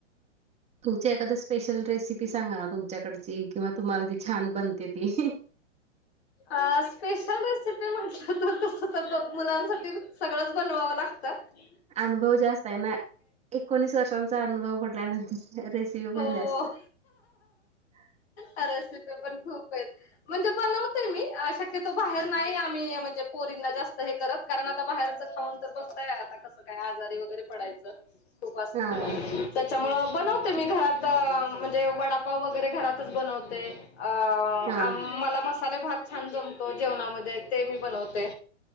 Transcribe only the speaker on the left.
अ स्पेशल रेसिपी म्हटलं तर तसं तर मुलांसाठी सगळंच बनवावं लाग तत
हो.
रेसिपी पण खूप आहेत, म्हणजे बनवते मी अशा चे तो बाहेर नाही आम्ही म्हणजे पोरींना जास्त हे करत, कारण आता बाहेरचा खाऊन तर बघताय आता कसं काय आजारी वगैरे पडायचं खूप असतंय.
त्याच्यामुळं बनवते मी घरात, म्हणजे वडापाव वगैरे घरातच बनवते. अ
अम मला मसाले भात छान जमतो, जेवणामध्ये ते मी बनवते.